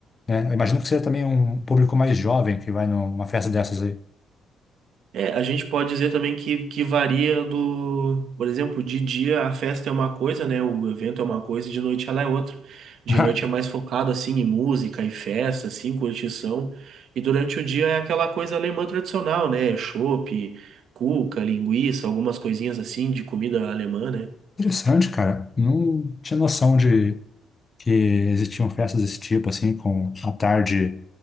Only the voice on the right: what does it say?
É, a gente pode dizer também que, que varia do, por exemplo, de dia a festa é uma coisa, né? O evento é uma coisa e de noite ela é outra. De
noite é mais focado assim em música e festa, assim, curtição. E durante o dia é aquela coisa alemã tradicional, né? Chopp, cuca, linguiça, algumas coisinhas assim de comida alemã, né?